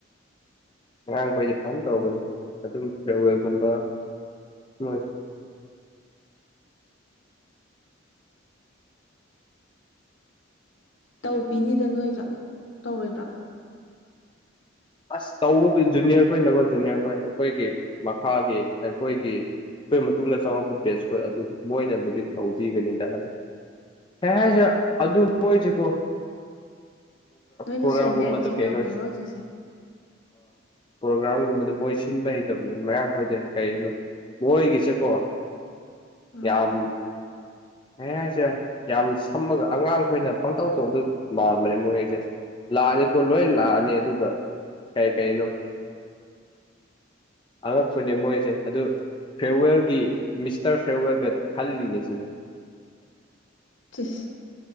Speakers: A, on the left (about 25°); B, on the left (about 75°).
A: ꯉꯔꯥꯡꯈꯣꯏꯗꯤ ꯐꯥꯝ ꯇꯧꯕꯅꯤ ꯑꯗꯨꯝ ꯐꯔꯋꯦꯒꯨꯝꯕ ꯍꯣꯏ
B: ꯇꯧꯕ ꯄꯅꯤꯗ ꯅꯣꯏꯗ꯭ꯔꯥ ꯇꯧꯔꯣꯏꯗ꯭ꯔꯥ
A: ꯑꯁ ꯇꯧꯕꯕꯨ ꯖꯨꯅꯤꯌꯔ ꯈꯣꯏꯅꯀꯣ ꯖꯨꯅꯤꯌꯔ ꯈꯣꯏ ꯑꯩꯈꯣꯏꯒꯤ ꯃꯈꯥꯒꯤ ꯑꯩꯈꯣꯏꯒꯤ ꯑꯗꯨꯈꯣꯏ ꯃꯇꯨꯡꯗ ꯆꯪꯉꯛꯄ ꯕꯦꯁ ꯑꯣꯏ ꯑꯗꯨ ꯃꯣꯏꯅꯕꯨꯗꯤ ꯇꯧꯤꯒꯅꯤꯗ ꯑꯗꯨ ꯍ ꯍꯦꯁꯦ ꯑꯗꯨ ꯑꯗꯨ ꯍꯣꯏ ꯆ ꯀꯣ
B: ꯅꯣꯏꯅ
A: ꯄ꯭ꯔꯣꯒꯥ꯭ꯔꯥꯝꯒꯨꯝꯕꯗꯨ
B: ꯁꯦꯅꯤꯌꯔ ꯆꯤꯡꯉꯝꯅꯦꯕ
A: ꯀꯩꯅꯣꯁꯤ
B: ꯍꯧꯖꯤꯛꯁꯦ
A: ꯄ꯭ꯔꯣꯒ꯭ꯔꯥꯝꯒꯨꯝꯕꯗ ꯃꯣꯏ ꯁꯤꯟꯕ ꯍꯩꯇꯕꯅꯤ ꯃꯌꯥꯝꯈꯣꯏꯁꯦ ꯀꯩꯅꯣ ꯃꯣꯏꯒꯤꯁꯦꯀꯣ
B: ꯑꯥ
A: ꯌꯥꯝ ꯑꯩ ꯍꯥꯏꯁꯦ ꯌꯥꯝ ꯁꯝꯃꯒ ꯑꯉꯥꯡ ꯈꯈꯣꯏꯅ ꯄꯪꯇꯧ ꯇꯧꯕ ꯃꯥꯟꯕꯅꯦ ꯃꯣꯏꯁꯦ ꯂꯥꯛꯑꯅꯤꯀꯣ ꯂꯣꯏ ꯂꯥꯛꯑꯅꯤ ꯑꯗꯨꯒ ꯀꯩ ꯀꯩꯅꯣ ꯑꯉꯛꯄꯅꯦ ꯃꯣꯏꯁꯦ ꯑꯗꯨ ꯐꯦꯔꯋꯦꯜꯒꯤ ꯃꯤꯁꯇꯔ ꯐꯦꯔꯋꯦꯜꯒ ꯈꯜꯂꯤꯅꯦ ꯁꯤꯅ
B: ꯁꯤꯁ